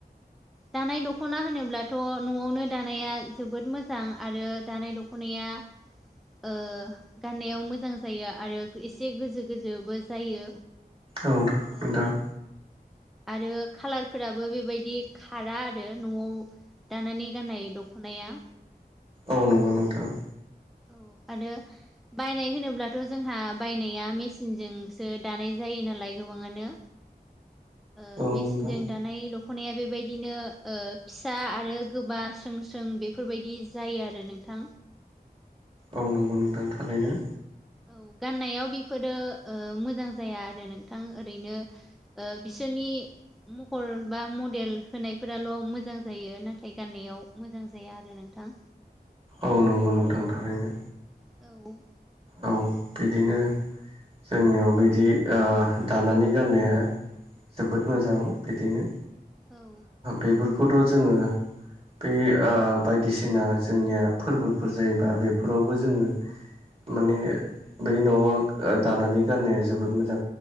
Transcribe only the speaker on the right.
औ नोंथां।
औ नंगौ नोंथां।
औ
नोंथां
औ नंगौ
नोंथां थारैनो।
औ नंगौ नोंथां थारैनो।
औ बिदिनो जोंनियाव बिदि दानानै गाननाया जोबोद मोजां बिदिनो
बेफोरखौथ' जोङो ब बायदिसिना जोंनिया फोरबोफोर जायोबा बेफोरावबो जोङो माने बै न'आव दानानै गाननाया जोबोद मोजां।